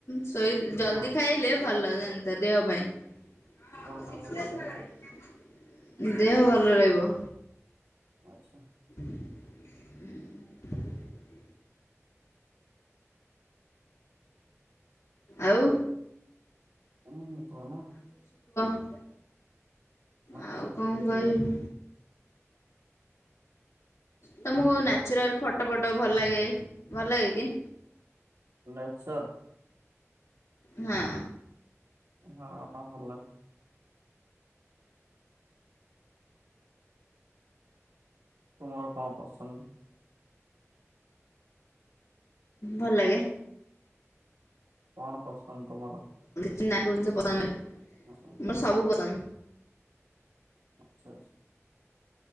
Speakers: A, on the left (about 80°); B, on the right (about 85°).
A: ଶୋଇ ଜଲଦି
B: ହଁ
A: ଖାଇଲେ ଭଲ ଲାଗ ତା ଦେହ ପାଇଁ
B: କଣଟା ଭଲ ଦେହ
A: ଦେହ ଭଲ ରହିବ।
B: ଆଚ୍ଛା।
A: ହ ଆଉ
B: ଉ କନା
A: ା ଆଉ
B: କୁହ?
A: କଣ କହିବି? ତମକୁ ନାଚୁରାଲ ଫଟୋ ଫଟ ଭଲ ଲାଗେ ଭଲ ଲାଗେ କି।
B: ନଚର୍
A: ହଁ।
B: ହଁ ଭଲ। <inaudible>
A: ଭଲ ଲାଗେ।
B: କଣ ପସନ୍ଦ ତୁମର?
A: ଚନାକୁ ଜିନିଷ ପସନ୍ଦ ମମର
B: ଆଛା
A: ସବୁ ପସନ୍ଦ।
B: ଆଚ୍ଛା।